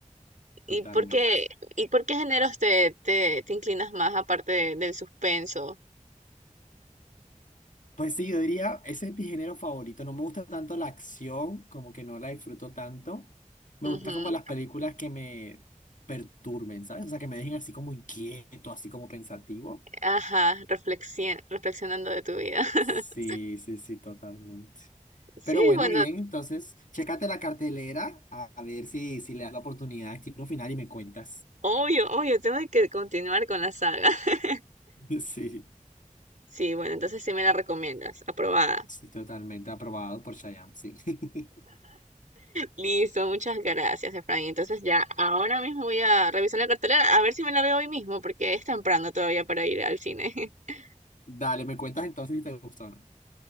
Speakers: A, on the right; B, on the left.
A: ¿Y
B: totalmente.
A: por qué, y por qué géneros te, te, te inclinas más aparte de- del suspenso?
B: Pues sí, yo diría, ese es mi género favorito. No me gusta tanto la acción, como que no la disfruto tanto. Me
A: Ujú.
B: gusta como las películas que me perturben, ¿sabes? O sea, que me dejen así como inquieto, así como pensativo.
A: Ajá, reflexi- reflexionando de tu vida. <laughs>
B: Sí, sí, sí, totalmente.
A: Sí,
B: Pero bueno,
A: bueno,
B: bien, entonces, chécate la cartelera a a ver si, si le das la oportunidad a Destino Final y me cuentas.
A: obvio, obvio, tengo que continuar con la saga. <laughs>
B: <laughs> Sí,
A: Sí, bueno, entonces sí me la recomiendas, aprobada.
B: sí, totalmente aprobado por Shyam, sí. <laughs>
A: Listo, muchas gracias, Efraín. Entonces ya, ahora mismo voy a revisar la cartelera, a ver si me la veo hoy mismo, porque es temprano todavía para ir al cine. <laughs>
B: Dale, me cuentas entonces si te gustó o no.